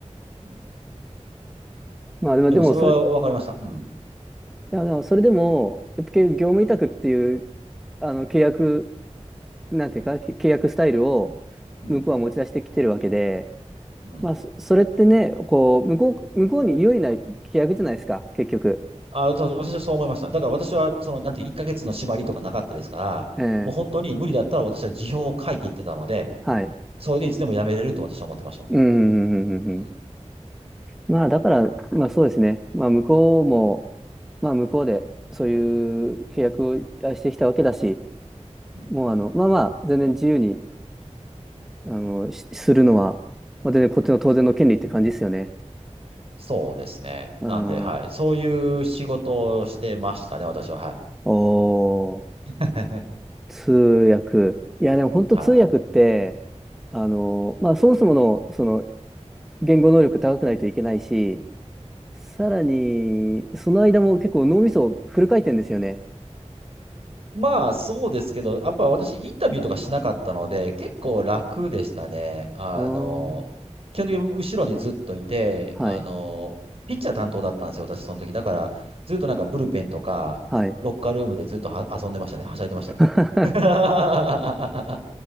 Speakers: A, on the right; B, in the centre.
A: うん
B: まあ、でも、
A: でもそれはわかりました。
B: でもそれ、い
A: うん。
B: や、でもそれでも、やっぱり業務委託っていう、あの契約なんていうか、け契約スタイルを
A: うん。
B: 向こうは持ち出してきてるわけで、
A: うん
B: まあ、そ、それってね、こう、向こう、向こうに有利な契約じゃないですか、結局。
A: あ、ただ私はそう思いました。だから私は、その、なんて、1ヶ月の縛りとかなかったですから、
B: ええ、
A: もう本当に無理だったら私は辞表を書いていってたので、
B: はい。
A: それでいつでも辞めれると私は思ってましたもん。
B: うん、うん、うん、うんうん。
A: うん。
B: まあ、だから、まあそうですね。まあ、向こうも、まあ、向こうで、そういう契約をしてきたわけだし、
A: うん。
B: もう、あの、まあまあ、全然自由に、あの、し、するのは、まあ、全然こっちの当然の権利って感じですよね。
A: そうですね。
B: うん。
A: なんで、はい。そういう仕事をしてましたね、私は。はい。
B: おー。
A: <laughs>
B: 通訳。いや、でも本当通訳って、
A: はい。
B: あの、まあ、そもそもの、その、言語能力高くないといけないし、さらに、その間も結構脳みそフル回転ですよね。
A: まあ、そうですけど、やっぱ私、インタビューとかしなかったので、結構楽でしたね。あの、
B: ああ、
A: 基本的に後ろにずっといて、
B: はい、
A: あの、ピッチャー担当だったんですよ、私、その時。だから、ずっとなんかブルペンとか、
B: はい。
A: ロッカールームでずっとは遊んでましたね。はしゃいでましたね。
B: <laughs>
A: <laughs> あ、